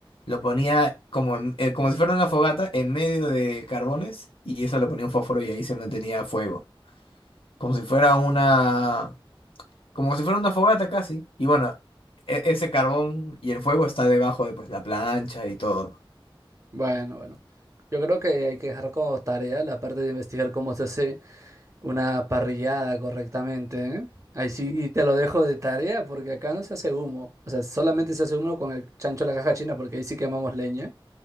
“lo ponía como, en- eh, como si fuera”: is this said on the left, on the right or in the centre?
Left